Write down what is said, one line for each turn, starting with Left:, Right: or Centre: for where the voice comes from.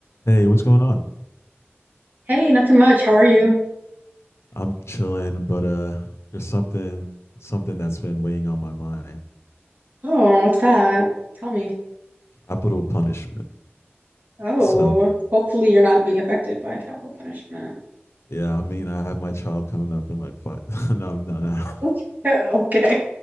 Left: Hey, what's going on?
Right: Hey, nothing much. How are you?
Left: I'm chilling, but uh there's something something that's been weighing on my mind.
Right: Oh, what's that? Tell me.
Left: Capital punishment.
Right: Oh,
Left: So
Right: hopefully you're not being affected by capital punishment.
Left: yeah, I mean I have my child coming up in like five <laughs> no no no.
Right: <laughs> Okay.